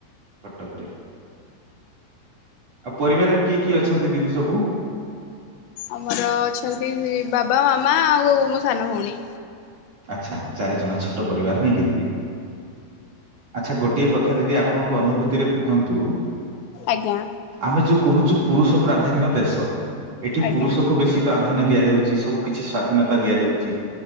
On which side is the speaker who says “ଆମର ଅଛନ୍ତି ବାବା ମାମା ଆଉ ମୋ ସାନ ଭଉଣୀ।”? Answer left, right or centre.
Left